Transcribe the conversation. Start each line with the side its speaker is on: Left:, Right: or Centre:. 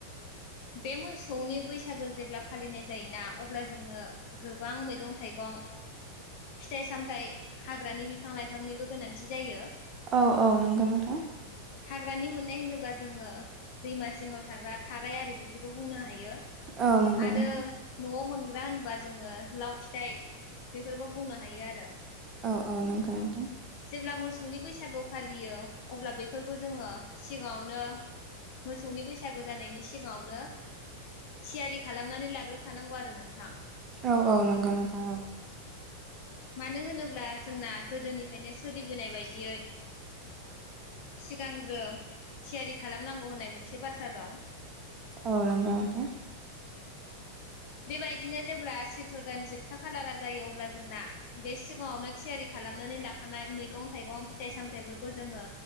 Left: बे मोसौनि बैसागो जेब्ला फालिनाय जायोना अब्ला जोंनो गोबां मैगं थाइगं फिथाइ सामथाइ हाग्रानि बिफां लाइफांनिबो गोनांथि जायो।
Right: औ औ नंगौ नोंथां।
Left: हाग्रानि मोननाय होनोबा जोङो दैमा जिङाव थाग्रा थाराय आरि बिफोरखौ बुंनो हायो।
Right: औ नंगौ
Left: आरो
Right: नोंथां
Left: नआव मोन ग्रा होनबा जोङो लाव फिथाइ बे बिफोरबो बुंनो हायो आरो।
Right: औ औ नंगौ नोंथां।
Left: जेब्ला मोसौनि बैसागु फालियो अब्ला बेफोरखौ जोङो सिगाङावनो मोसौनि बैसागो जानायनि सिगाङावनो थियारि खालामनानै लाग्रोखानांगौ आरो नोंथां।
Right: औ औ नंगौ नोंथां औ।
Left: मानो होनोब्ला जोंना गोदोनिफ फायनो सोलिबोनाय बायदियै सिगांग्रो थियारि खालामनांगौ होननाय मोनसे बाथ्रा दं।
Right: औ नंगौ नोंथां।
Left: बेबायदिनो जेब्ला सैथ्र दाननि जोबथा खालारा जायो अब्ला जोंना बे सिगाङावनो थियारि खालामनानै लाख खानाय मैगं थाइगं फिथाइ सामथाइफोरखौ जोङो